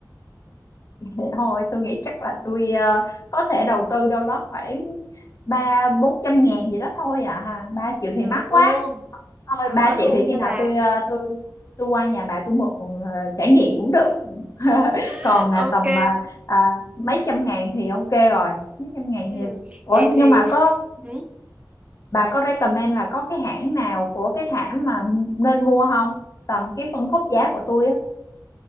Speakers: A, on the left; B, on the right.
A: vậy thôi tôi nghĩ chắc là tôi ờ, có thể đầu tư đâu đó khoảng ba bốn trăm ngàn gì đó thôi à ha ba triệu thì
B: được
A: mắc quá
B: luôn
A: thôi
B: có
A: ba triệu
B: luôn
A: thì khi
B: cho
A: nào
B: bà
A: tôi ờ, tôi tôi qua nhà bà tôi mượn ờ, trải nghiệm cũng được <laughs>
B: <laughs>
A: còn
B: ok
A: à, tầm à, à, mấy trăm ngàn thì ok rồi mấy trăm ngàn
B: ừ
A: thì... ủa
B: vậy thì
A: nhưng mà có
B: ừ.
A: bà có recommend là có cái hãng nào của cái thảm mà nên mua không tầm cái phân khúc giá của tôi á